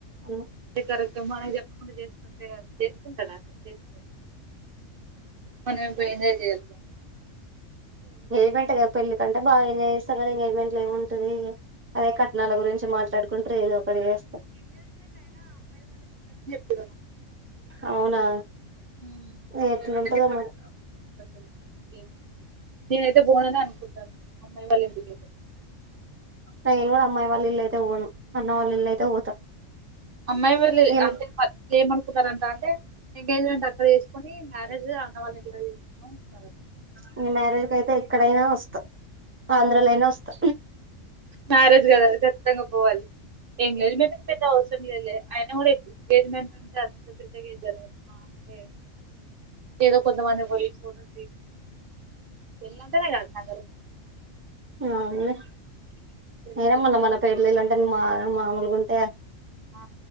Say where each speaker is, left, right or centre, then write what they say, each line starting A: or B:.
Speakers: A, on the right; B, on the right.
A: అన్న
B: అదే కరెక్టే మనకి చెప్పకుండా చే అంటే చేసుకుంటరా అసలు చేస్తారు మనం అప్పుడు ఎంజాయ్ చేయాలి
A: పోయింటి కదా పెళ్లి కంటే బా ఎంజాయ్ చేస్తావు కదా ఎంగేజ్మెంట్లో ఏం ఉంటది. అదే కట్నాల గురించి మాట్లాడుకుంటరు ఏదో ఒకటి చేస్తారు
B: దిర
A: అవునా
B: ఉ అమ్మాయి
A: ఎట్లుంటదో
B: వాళ్ళింటికి మనకి
A: మరి
B: నేనైతే పొననే అనుకుంటన్నా అమ్మాయి వాళ్ళ ఇంటికైతే
A: నేను కూడా అమ్మాయి వాళ్ళ ఇల్లయితే పోను అన్న వాళ్ళు ఇల్లు అయితే పోతా
B: అమ్మాయి వాళ్ళ
A: ఇ
B: అంటే ఏమనుకున్నారంట అంటే ఎంగేజ్మెంట్ అక్కడ చేసుకుని మ్యారేజ్ అన్నవాళ్ళ ఇంటి దగ్గర చేసుకుందాం అన్నారంట
A: మీ మ్యారేజ్ కయితే ఎక్కడైనా వస్తా ఆంధ్రాలైనా వస్తా
B: మ్యారేజ్ కది ఖచ్చితంగా పోవాలి ఎంగేజ్మెంట్ కు పెద్ద అవసరం లేదులే అయన కూడా ఎంగేజ్మెంట్ అంటే అంత పెద్దగెమ్ జరుగుదు మా అంటే ఏదో కొంతమపోయి పోటో పెళ్లంటేనే కదా అక్క అందరూ
A: అవునులే
B: పెళ్ళికి
A: నేనే మొన్న మన పేర్లు ఇళ్ళంటే మా మాములుగుంటే
B: ఆ